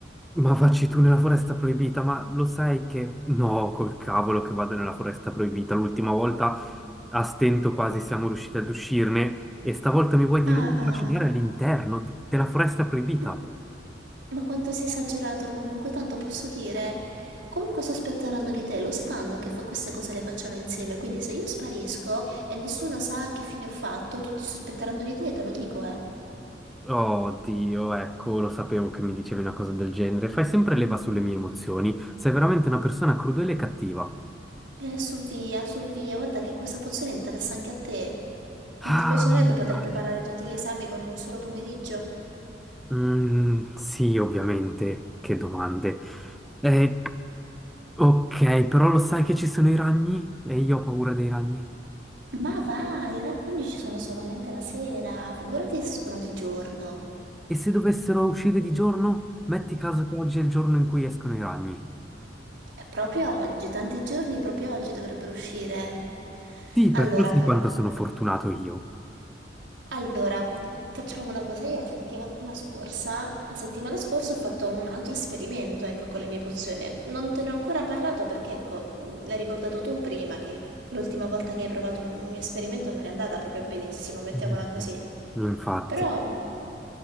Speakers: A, in the centre; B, on the right.
A: Ma vacci tu nella foresta proibita, ma lo sai che... No, col cavolo che vado nella foresta proibita. L'ultima volta a stento quasi siamo riusciti ad uscirne e stavolta mi vuoi di
B: Ah,
A: nuovo trascinare all'interno d- della foresta proibita.
B: <clears throat> m- ma quanto sei esagerato comunque, tanto posso dire, comunque sospetteranno di te, lo sanno che fa- queste cose le facciamo insieme, quindi se io sparisco e nessuno sa che fine ho fatto, tutti sospetteranno di te, te lo dico, eh.
A: Oh Dio, ecco, lo sapevo che mi dicevi una cosa del genere. Fai sempre leva sulle mie emozioni. Sei veramente una persona crudele e cattiva.
B: Eh, su via, su via, guarda che questa pozione interessa anche a te. Non ti
A: Ah,
B: piacerebbe poter
A: dai.
B: preparare tutti gli esami con un solo pomeriggio?
A: mm, sì, ovviamente. Che domande. Eh, Ok, però lo sai che ci sono i ragni? E io ho paura dei ragni.
B: Ma va, i ragni ci sono solamente la sera, figurati escono di giorno.
A: E se dovessero uscire di giorno? Metti caso che oggi è il giorno in cui escono i ragni.
B: È Proprio oggi, tanti giorni, proprio oggi dovrebbero uscire.
A: Sì,
B: Allora,
A: perché lo sai quanto sono fortunato io.
B: allora, facciamo una cosa. Io la settimana scorsa, la settimana scorsa ho fatto un altro esperimento, ecco, con le mie pozioni. Non te ne ho ancora parlato perché, ecco, mh, l'hai ricordato tu prima che l'ultima volta che hai provato un, un mio esperimento non è andata proprio benissimo, mettiamola
A: Mm.
B: così.
A: Infatti.
B: Però mh,